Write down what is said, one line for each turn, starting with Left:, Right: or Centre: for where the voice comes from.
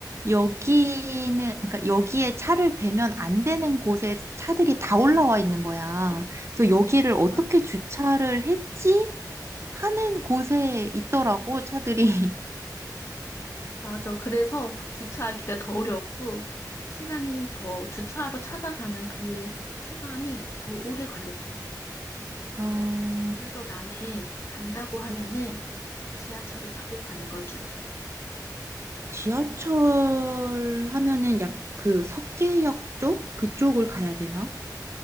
Right: 여기는 그러니까 여기에 차를 대면 안 되는 곳에 차들이 다 올라와 있는 거야. 그래서 여기를 어떻게
Left: 아,
Right: 주차를 했지? 하는 곳에 있더라고 차들이. <laughs>
Left: 맞아. 그래서 주차하기가 더 어려웠고 시간이 더 주차하러 찾아가는 그 시간이 더 오래 걸렸던 것 같아.
Right: 아,
Left: 그래서 나는 간다고 하면은
Right: 음.
Left: 지하철을 타고 가는 걸 추천해.
Right: 지하철 하면은 약 그 석계역 쪽 그쪽을 가야 되나?